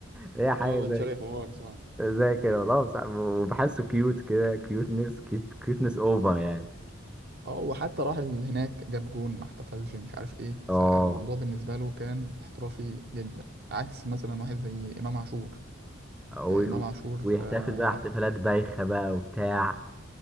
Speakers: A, in the centre; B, on the right.
A: هي حاجة
B: هو
A: زي
B: بن شرقي حوار صح
A: زي كده والله بس- وبحسه كيوت كده كيوتنس كيوت كيوتنس اوفر يعني
B: اه وحتى راح ال- هناك جاب جون ما احتفلش مش عارف ايه
A: اه
B: فالموضوع بالنسبه له كان احترافي جدا عكس مثلا واحد زي امام عاشور
A: و-
B: آه، امام عاشور
A: ويحتفل
B: آه،
A: بقى
B: لا
A: احتفالات بايخة بقى وبتاع